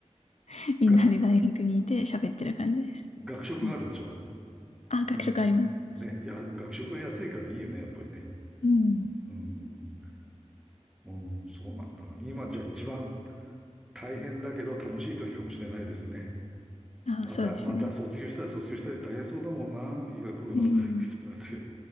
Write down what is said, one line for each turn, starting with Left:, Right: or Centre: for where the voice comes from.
Left: <laughs> みんなで大学にいて喋ってる感じです。
Centre: が、学食があるんでしょ
Left: うん。あ、学食あります。
Centre: うんね、や、学食が安いからいいよね、やっぱりね。
Left: うん。
Centre: うん。うん、そうなんだ。今じゃあ一番大変だけど楽しい時かもしれないですね。
Left: あ、
Centre: また、
Left: そうですね。
Centre: また卒業したら卒業したで大変そうだもんな。医学部の人
Left: うん
Centre: なんて。